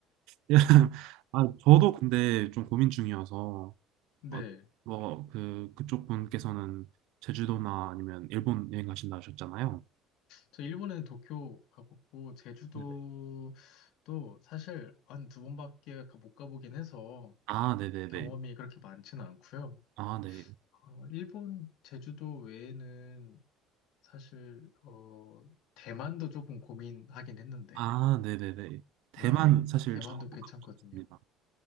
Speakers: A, on the right; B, on the left.
A: <laughs> 아, 저도 근데 좀 고민 중이어서
B: 네.
A: 아, 뭐, 그, 그쪽 분께서는 제주도나 아니면 일본 여행 가신다 하셨잖아요.
B: 저 일본에는 도쿄 가봤고, 제주도도
A: 네네.
B: 사실 한 두 번밖에 가- 못 가보긴 해서
A: 아, 네네네.
B: 경험이 그렇게 많지는 않고요.
A: 아, 네.
B: 어, 일본 제주도 외에는 사실 어, 대만도 조금 고민하긴 했는데,
A: 아, 네네네. 대만
B: 네,
A: 사실
B: 대만도
A: 저도
B: 음.
A: 가보고
B: 괜찮거든요.
A: 있습니다.